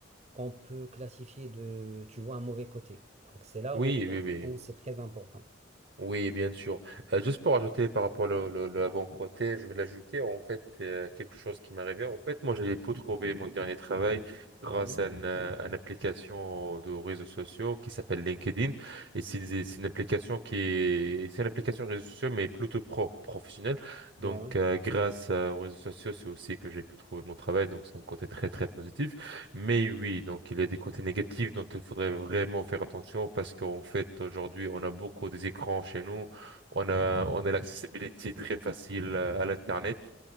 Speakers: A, on the right (about 35°); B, on the right (about 65°).
A: qu'on peut classifier de, tu vois, un mauvais côté. Donc c'est là
B: Oui,
A: où,
B: oui, oui.
A: où c'est très important.
B: Oui, bien sûr. Euh, juste pour ajouter par rapport au, le, le bon côté, je vais l'ajouter en fait euh, quelque chose qui m'est arrivé. En fait, moi, j'ai pu trouver mon dernier travail grâce
A: Ouais,
B: à une, euh, à une application de réseaux sociaux qui s'appelle LinkedIn. Et c'est des- c'est une application qui est, c'est une application de réseaux sociaux, mais plutôt pro, professionnelle. Donc,
A: ouais,
B: euh, grâce euh, aux réseaux sociaux, c'est aussi que j'ai pu trouver mon travail. Donc, c'est un côté très, très positif. Mais oui, donc il y a des côtés négatifs dont il faudrait vraiment faire attention parce qu'en fait, aujourd'hui, on a beaucoup des écrans chez nous. On a, on a l'accessibilité très facile euh, à l'Internet.